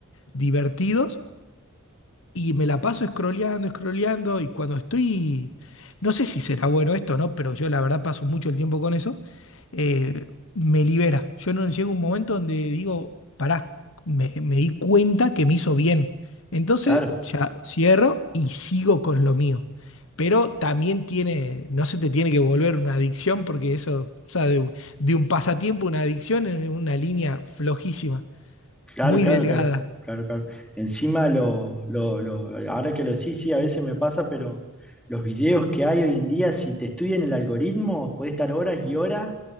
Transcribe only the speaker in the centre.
claro.
Claro,
claro,
claro, claro, claro. Encima, lo, lo- lo- ahora que lo sí, sí, a veces me pasa, pero los videos que hay hoy en día, si te estudian el algoritmo, puedes estar horas y horas